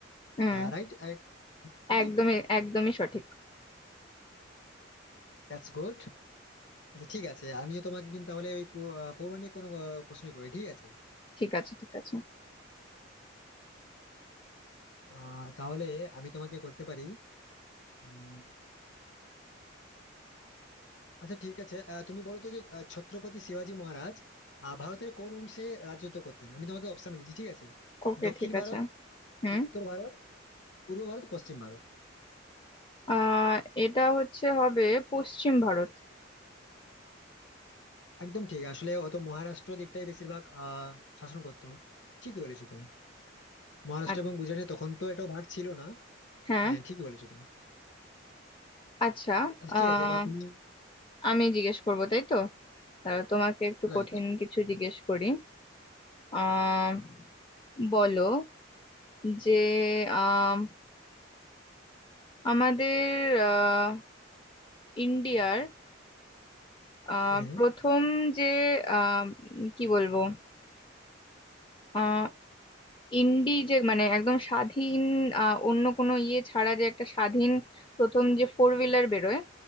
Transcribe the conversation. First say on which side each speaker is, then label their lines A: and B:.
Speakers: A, on the left; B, on the left.
A: হুম
B: রাইট ঠিক
A: একদমই একদমই সঠিক
B: That's good আচ্ছা ঠিক আছে আমিও তোমাকে কিন্তু তাহলে ওই পৌ- আহ, পৌরাণিক কোনো আহ, প্রশ্নই করি ঠিক আছে
A: ঠিক আছে ঠিক আছে
B: আহ তাহলে আমি তোমাকে করতে পারি উম, আচ্ছা ঠিক আছে আহ, তুমি বলো তো যে আহ, ছত্রপতি শিবাজী মহারাজ আহ, ভারতের কোন অংশে রাজত্ব করতেন আমি তোমাকে অপশন দিচ্ছি ঠিক আছে
A: ওকে
B: দক্ষিণ
A: ঠিক আছে
B: ভারত
A: হুম
B: উত্তর ভারত পূর্ব ভারত পশ্চিম ভারত
A: আহ এটা হচ্ছে হবে পশ্চিম ভারত
B: একদম ঠিক আসলে অত মহারাষ্ট্র দিকটাই বেশিরভাগ আহ শাসন করতো ঠিকই বলেছো তুমি মহারাষ্ট্র
A: আ-
B: এবং গুজরাটে তখন তো এটা ভাগ ছিল না
A: হ্যাঁ
B: হ্যাঁ ঠিকই বলেছো তুমি
A: আচ্ছা
B: আচ্ছা
A: আহ
B: ঠিক আছে এবার তুমি
A: আমি জিজ্ঞেস করবো তাই তো তাহলে তোমাকে একটু
B: রাইট
A: কঠিন কিছু জিজ্ঞেস করি আহ বলো যে আম, আমাদের আহ, ইন্ডিয়ার আহ,
B: হ্যাঁ
A: প্রথম যে আম, কি বলবো আহ, ইন্ডি যে মানে একদম স্বাধীন আহ, অন্য কোনো ইয়ে ছাড়া যে একটা স্বাধীন প্রথম যে ফোর হুইলার বেরোয়